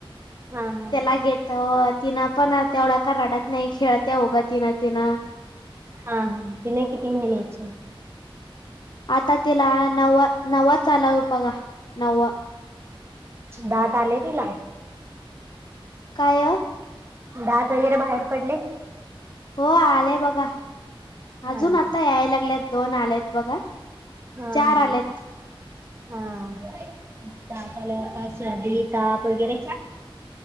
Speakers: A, on the right; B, on the left.
A: हा हा
B: त्याला घेतो. तनी पण तेवढा काय रडत नाही, खेळत्या ऊग तिन तिन.
A: हा हा,, तिने किती महिन्याची.?
B: आता तिला नववा चालु बघा,, नववा.
A: दात आलंय तिला.?
B: काय?
A: दात वगैरे बाहेर पडले.?
B: हो आले बघा,,
A: हा
B: अजून आत्ता याय लागल्यात दोन आलेत बघा.
A: हा
B: चार
A: हा.
B: आलेत
A: हा, दात आल्यावर काय शर्दी ताप वगैरे.?